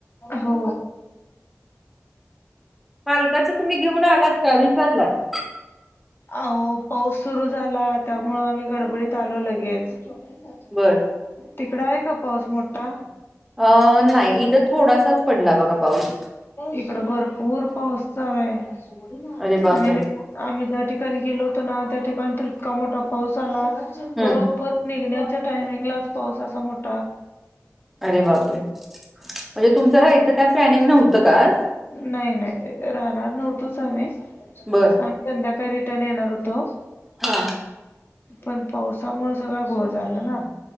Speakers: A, on the left; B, in the centre.
A: हो
B: मालकाच तुम्ही घेऊन आलात का विचारलात
A: आवो पाऊस सुरू झाला त्यामुळ आम्ही गडबडीत आलो लगेच तिकडं
B: बर
A: आहे का पाऊस मोठा
B: अ नाही इथ थोडासाच पडला बघा पाऊस
A: इकड भरपूर पाऊस चालु आ
B: अरे बापरे
A: आणि आम्ही ठिकाणी गेलो होतो ना त्या ठिकाणी तर इतका मोठा पाऊस आला बरोबर
B: हम्
A: निघण्याच्या टायमिंगलाच पाऊस असा मोठा
B: अरे बापरे म्हणजे तुमचं राहायचं काय प्लॅनिंग नव्हतं का आज
A: नाही नाही राहणार नव्हतोच आ्ही संध्याकाळी
B: बर
A: रिटर्न येणार होतो.
B: हा
A: पण पावसामुळे सगळं घोळ झाला ना